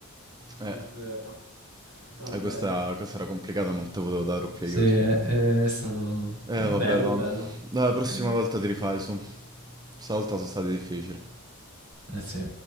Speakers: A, on the right (about 20°); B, on the right (about 80°).
A: Eh...
B: È vero. Va
A: eh,
B: bene.
A: Questa, questa era complicata, non te potevo dare troppi
B: Sì,
A: aiuti.
B: è, è stato
A: Eh,
B: bello,
A: vabbè, va.
B: bello.
A: Dai, La
B: Sempre
A: prossima
B: bello.
A: volta ti rifai su. Stavolta sono stati difficili.
B: Eh sì.